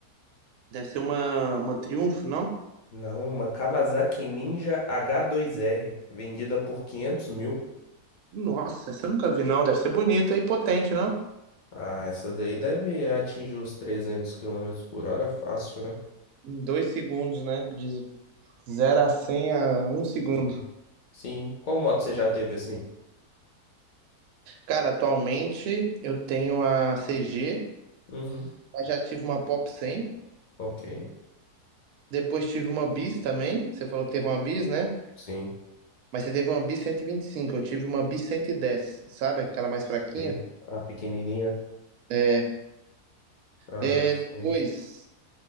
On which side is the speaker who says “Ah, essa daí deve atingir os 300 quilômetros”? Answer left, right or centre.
Left